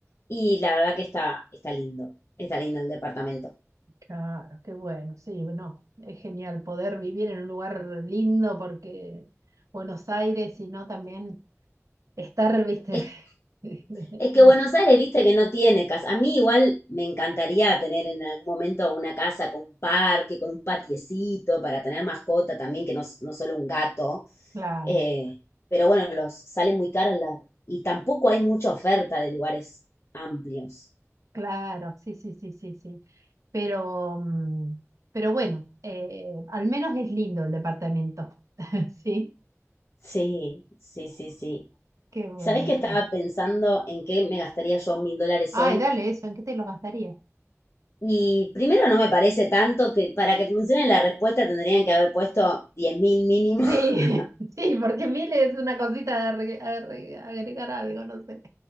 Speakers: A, on the left; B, on the right.
A: y la verdad que está, está lindo, está lindo el departamento.
B: Claro, qué bueno, sí, no. Es genial poder vivir en un lugar lindo porque Buenos Aires, y no también estar, viste,
A: Es,
B: <laughs>
A: es que
B: no,
A: Buenos Aires, viste que no tiene casa. A mí igual me encantaría tener en algún momento una casa con un parque, con un patiecito para tener mascota también, que no, s- no solo un gato
B: claro.
A: Eh, pero bueno, los salen muy caros la- y tampoco hay mucha oferta de lugares amplios.
B: Claro, sí, sí, sí, sí, sí. Pero, mm, pero bueno, eh, al menos es lindo el departamento. <laughs> Sí,
A: Sí, sí, sí, sí.
B: qué bueno,
A: ¿Sabés que estaba
B: qué bueno.
A: pensando en qué me gastaría yo mil dólares
B: Ay,
A: hoy?
B: dale eso, ¿en qué te lo gastaría?
A: Y primero no me parece tanto que para que funcione la respuesta tendrían que haber puesto diez mil mínimo. <laughs>
B: Sí, <laughs> sí, porque mil es una cosita de arre- arre- agregar algo, no sé.